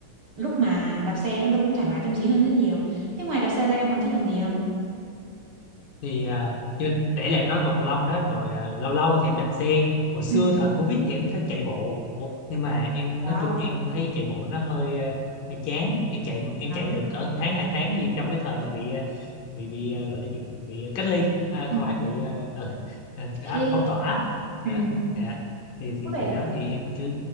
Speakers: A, on the right (about 40°); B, on the left (about 80°).
A: lúc mà đạp xe ấy, nó cũng thoải mái tâm trí hơn rất nhiều. Thế ngoài đạp xe ra em còn thích làm gì không?
B: thì ờ, như để là em nói cầu lông đó rồi ờ, lâu lâu thì em đạp xe hồi xưa
A: Ừ.
B: thời Covid thì em có chạy bộ nhưng mà em
A: Wow,
B: nói chung em thấy chạy bộ nó hơi ờ, hơi chán em chạy em
A: đoán
B: chạy
A: à.
B: được cỡ một tháng hai tháng gì trong cái thời mà bị ờ, bị bị ờ, gọi là gì bị ờ, cách ly à,
A: Ừ.
B: không phải bị ờ, ờ, ờ, đó,
A: Thế Linh.
B: phong tỏa đó,
A: Ừ.
B: dạ. thì thì
A: Có vẻ
B: thì đó thì em cứ